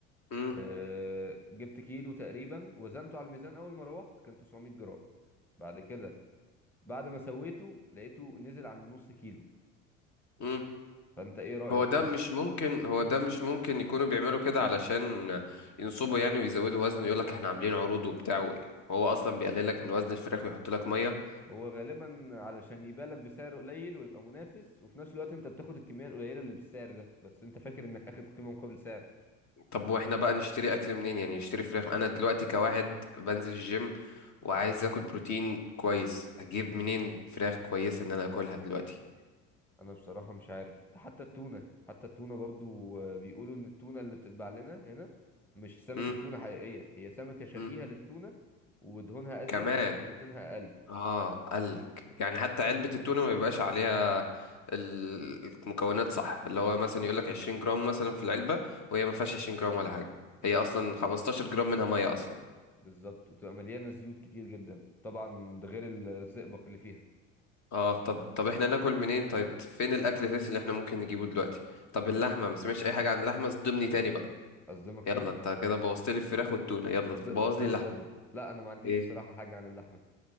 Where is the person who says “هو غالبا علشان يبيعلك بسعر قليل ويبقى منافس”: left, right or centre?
Centre